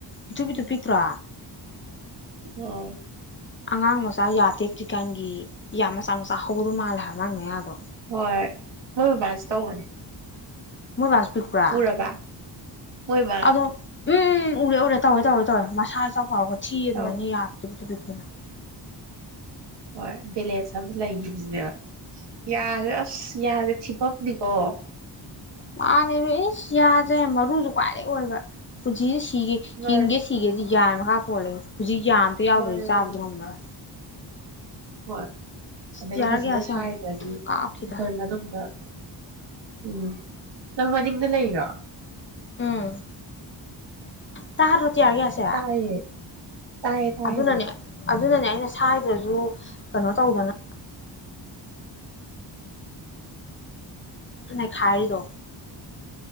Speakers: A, on the left; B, on the right.
A: ꯄꯤꯊꯨ ꯄꯤꯊꯨ ꯄꯤꯛꯇ꯭ꯔꯣ
B: ꯎꯝ
A: ꯑꯉꯥꯡ ꯃꯆꯥ ꯌꯥ ꯇꯦꯛꯇ꯭ꯔꯤꯀꯥꯟꯒꯤ ꯌꯥꯝ ꯃꯆꯥ ꯃꯆꯥ ꯍꯧꯗꯧ ꯃꯥꯜꯂꯦ ꯍꯥꯏꯕ ꯃꯥꯥꯟ ꯃꯌꯥꯗꯣ
B: ꯍꯣꯏꯣꯏ ꯍꯣꯏ ꯕꯕꯥꯁ ꯇꯧꯕꯅꯦ
A: ꯃꯣꯏ ꯔꯥꯕꯤꯤꯛ꯭ꯔꯥ
B: ꯎꯔꯕ ꯃꯣꯏ ꯕꯕꯥ
A: ꯑꯗꯣ ꯎꯝ ꯎꯔ ꯎꯔꯦ ꯇꯧꯋ ꯇꯧꯋ ꯇꯧꯋ ꯃꯁꯥ ꯏꯇ ꯐꯥꯎꯔꯒꯗꯤ ꯆꯤ ꯑꯗꯨꯃꯅ
B: ꯇꯧ
A: ꯌꯥꯗ꯭ꯔ <unintelligible>
B: ꯍꯣꯏ ꯂꯦ ꯁꯁꯤ ꯂꯩꯒꯤꯕꯤꯅꯦꯕ ꯌꯥꯔꯦ ꯑꯁ ꯌꯥꯔꯦ ꯊꯤꯐꯝꯅꯤꯀꯣ
A: ꯃꯥꯅꯦꯅꯤꯃꯤ ꯀꯤꯌꯥꯁꯦ ꯃꯔꯨꯁꯨ ꯈ꯭ꯋꯥꯏꯗꯒꯤꯩ ꯑꯣꯏꯕ ꯄꯨꯖꯤ ꯁꯤꯒ
B: ꯃꯥꯅꯦ
A: ꯍꯤꯡꯒꯦ ꯁꯤꯒꯦꯗꯤ ꯌꯥꯟ ꯃ ꯃꯈꯥ ꯄꯣꯂꯦ ꯍꯧ ꯌꯥ ꯑꯝꯇꯥ ꯌꯥꯎꯗ
B: ꯃꯥꯅꯦ
A: ꯆꯥꯕꯗꯤ
B: ꯃꯥꯅꯦ
A: ꯎꯃꯔ
B: ꯍꯣꯏ ꯑꯗꯩ
A: ꯇꯤꯌꯥꯔ
B: ꯐꯖꯅ
A: ꯒ꯭ꯌꯥꯁ
B: ꯁꯥꯏꯗ꯭ꯔꯗꯤ
A: ꯌꯥꯝ
B: ꯑꯩꯈꯣꯏ
A: ꯀꯥꯞꯈꯤꯗ
B: ꯃꯅꯨꯡꯗ ꯎꯝ ꯅꯪ ꯃꯅꯤꯡꯗ ꯂꯩꯔꯣ
A: ꯎꯝ ꯇꯥꯗ꯭ꯔꯣ ꯇꯤꯌꯥꯔ ꯒ꯭ꯌꯥꯁꯁꯦ
B: ꯇꯌꯦ ꯇꯥꯌꯦ ꯇꯌꯦ
A: ꯑꯗꯨꯅꯅꯦ ꯑꯗꯨꯅꯅꯦ ꯑꯩꯅ ꯁꯋꯥꯗ꯭ꯔꯁꯨ ꯀꯩꯅꯣ ꯇꯧꯗꯅ ꯅꯈꯔꯗꯣ